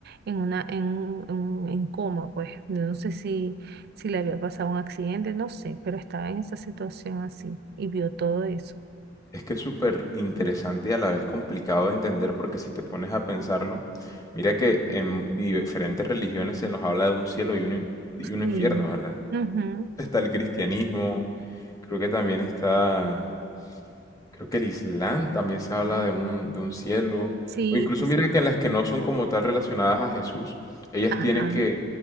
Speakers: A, on the right; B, on the left.
A: en una, en, un- en, un- en coma, pues. No sé si, si le había pasado un accidente, no sé, pero estaba en esa situación así y vio todo eso.
B: Es que es súper interesante y a la vez complicado de entender porque si te pones a pensarlo, mira que en diferentes religiones se nos habla de un cielo y un, in- y un
A: Sí.
B: infierno, ¿verdad?
A: Ujú.
B: está el cristianismo, creo que también está, creo que el Islam también se habla de un, de un cielo,
A: Sí,
B: o incluso
A: pues
B: mire
A: sí.
B: que en las que no son como tal relacionadas a Jesús, ellas
A: Ajá.
B: tienen que,